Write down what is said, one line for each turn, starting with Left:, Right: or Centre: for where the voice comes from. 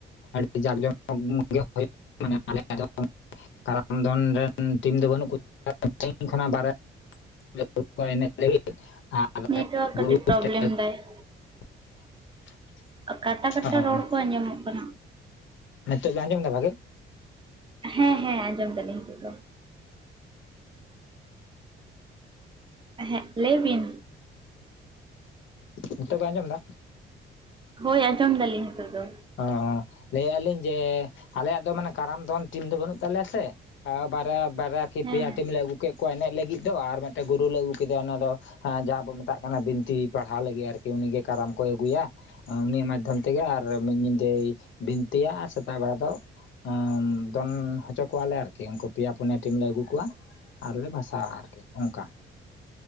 Left: ᱟᱹᱰᱤ ᱡᱟᱠ ᱡᱚᱢᱚᱠ ᱜᱮ ᱦᱩᱭᱩᱜ ᱢᱟᱱᱮ ᱟᱞᱮᱭᱟᱜ ᱫᱚ ᱠᱟᱨᱟᱢ ᱫᱚᱱ ᱨᱮᱱ ᱴᱤᱢ ᱫᱚ ᱵᱟᱹᱱᱩᱜ <unintelligible> ᱠᱷᱚᱱᱟᱜ ᱵᱟᱭᱨᱮ <unintelligible> ᱠᱚ ᱮᱱᱮᱡ ᱞᱟᱹᱜᱤᱫ ᱟᱨ
Right: ᱱᱮᱴᱣᱟᱨᱠ ᱠᱟᱹᱴᱤᱡ
Left: ᱜᱩᱨᱩ <unintelligible>
Right: ᱯᱨᱚᱵᱞᱮᱢ ᱫᱟᱭ
Left: <inaudible>
Right: ᱠᱟᱴᱟ ᱠᱟᱴᱟ
Left: ᱦᱚᱸ
Right: ᱨᱚᱲ ᱠᱚ ᱟᱸᱡᱚᱢᱚᱜ ᱠᱟᱱᱟ᱾
Left: ᱱᱤᱛᱚᱜ ᱫᱚ ᱟᱸᱡᱚᱢ ᱫᱟ ᱵᱷᱟᱜᱮ?
Right: ᱦᱮᱸ ᱦᱮᱸ ᱟᱸᱡᱚᱢ ᱫᱟᱞᱤᱧ ᱱᱤᱛᱚᱜ ᱫᱚ᱾ ᱦᱮᱸᱜ ᱞᱟᱹᱭ ᱵᱤᱱ᱾
Left: ᱱᱤᱛᱳ ᱵᱮᱱ ᱟᱸᱡᱚᱢ ᱫᱟ᱾
Right: ᱦᱳᱭ ᱟᱸᱡᱚᱢ ᱫᱟᱞᱤᱧ ᱱᱤᱛᱚᱜ ᱫᱚ᱾
Left: ᱚ ᱞᱟᱹᱭᱮᱜᱼᱟ ᱞᱤᱧ ᱡᱮ ᱟᱞᱮᱭᱟᱜ ᱫᱚ ᱢᱟᱱᱮ ᱠᱟᱨᱟᱢ ᱫᱚᱱ ᱴᱤᱢ ᱫᱚ ᱵᱟᱹᱱᱩᱜ ᱛᱟᱞᱮᱭᱟ ᱥᱮ ᱟ ᱵᱟᱨᱭᱟ ᱵᱟᱨᱭᱟ ᱠᱤ
Right: ᱦᱮᱸ
Left: ᱯᱮᱭᱟ
Right: ᱦᱮᱸ
Left: ᱴᱤᱢ ᱞᱮ ᱟᱹᱜᱩ ᱠᱮᱜ ᱠᱚᱣᱟ ᱮᱱᱮᱡ ᱞᱟᱹᱜᱤᱫ ᱫᱚ ᱟᱨ ᱢᱤᱫᱴᱮᱱ ᱜᱩᱨᱩᱞ ᱞᱮ ᱟᱹᱜᱩ ᱠᱮᱫᱮᱭᱟ ᱚᱱᱟ ᱫᱚ ᱡᱟᱦᱟᱸ ᱵᱚ ᱢᱮᱛᱟᱜ ᱚᱱᱟ ᱵᱤᱱᱛᱤ ᱯᱟᱲᱦᱟᱣ ᱞᱟᱹᱜᱤᱫ ᱟᱨᱠᱤ ᱩᱱᱤᱜ ᱠᱟᱨᱟᱢ ᱠᱚᱭ ᱟᱹᱜᱩᱭᱟ ᱩᱱᱤᱤᱭᱟᱜ ᱢᱟᱫᱽᱫᱷᱚᱢ ᱛᱮᱜᱮ ᱟᱨ ᱢᱤᱫ ᱧᱤᱫᱟᱹᱭ ᱵᱤᱱᱛᱤᱭᱟ ᱟᱨ ᱥᱮᱛᱟᱜ ᱵᱟᱲᱟ ᱫᱚ ᱚᱸ ᱫᱚᱱ ᱦᱚᱪᱚ ᱠᱚᱣᱟᱞᱮ ᱟᱨᱠᱤ ᱩᱱᱠᱩ ᱯᱮᱭᱟ ᱯᱩᱱᱭᱟᱹ ᱴᱤᱢ ᱞᱮ ᱟᱹᱜᱩ ᱠᱚᱣᱟ᱾ ᱟᱨᱞᱮ ᱵᱷᱟᱥᱟᱣᱟ ᱟᱨᱠᱤ ᱚᱝᱠᱟ᱾